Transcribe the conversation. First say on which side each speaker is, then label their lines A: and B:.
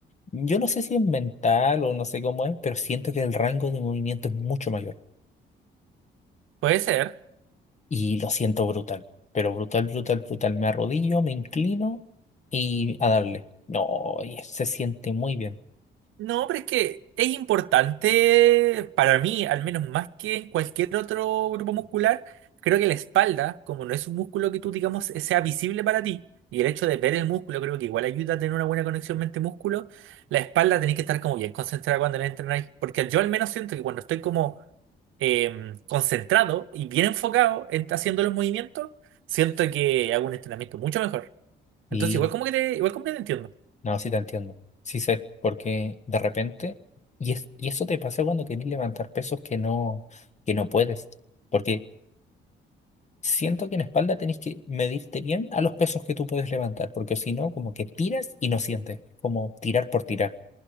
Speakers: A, on the left; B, on the right.
A: Yo no sé si es mental o no sé cómo es, pero siento que el rango de movimiento es mucho mayor.
B: Puede ser.
A: Y lo siento brutal. Pero brutal, brutal, brutal. Me arrodillo, me inclino y a darle. No, y se siente muy bien.
B: No, pero es que es importante para mí, al menos más que en cualquier otro grupo muscular. Creo que la espalda, como no es un músculo que tú, digamos, eh, sea visible para ti, y el hecho de ver el músculo creo que igual ayuda a tener una buena conexión mente-músculo, la espalda tenéis que estar como bien concentrada cuando la entrenáis. Porque yo al menos siento que cuando estoy como em, concentrado y bien enfocado en haciendo los movimientos, siento que hago un entrenamiento mucho mejor.
A: Y,
B: Entonces, igual como que te, igual como que te entiendo.
A: No, sí te entiendo. Sí sé, porque de repente, y, es, y eso te pasa cuando querés levantar pesos que no, que no puedes, porque siento que en espalda tenés que medirte bien a los pesos que tú puedes levantar, porque si no, como que tiras y no sientes, como tirar por tirar.